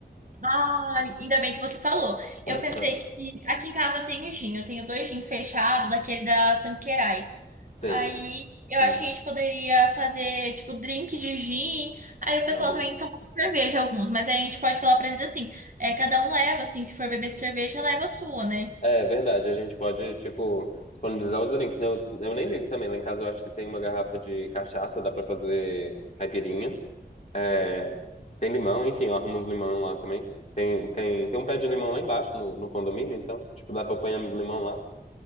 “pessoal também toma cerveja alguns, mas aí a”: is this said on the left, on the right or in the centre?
Right